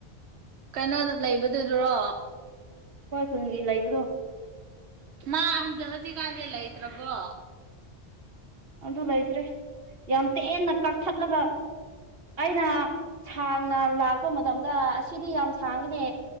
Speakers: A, on the right; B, on the right.
A: ꯀꯩꯅꯣꯗ ꯂꯩꯕꯗꯨꯗꯨꯔꯣ
B: ꯍꯣꯏ ꯈꯨꯟꯒꯤ ꯂꯩꯕ꯭ꯔꯣ
A: ꯃꯥ ꯍꯟꯗꯛ ꯍꯧꯖꯤꯛꯀꯥꯟꯁꯦ ꯂꯩꯇ꯭ꯔꯕꯣ
B: ꯑꯗꯨ ꯂꯩꯇ꯭ꯔꯦ ꯌꯥꯝ ꯇꯦꯟꯅ ꯀꯛꯊꯠꯂꯒ ꯑꯩꯅ ꯁꯥꯡꯅ ꯂꯥꯛꯄ ꯃꯇꯝꯗ ꯑꯁꯤꯗꯤ ꯌꯥꯝ ꯁꯥꯡꯉꯤꯅꯦ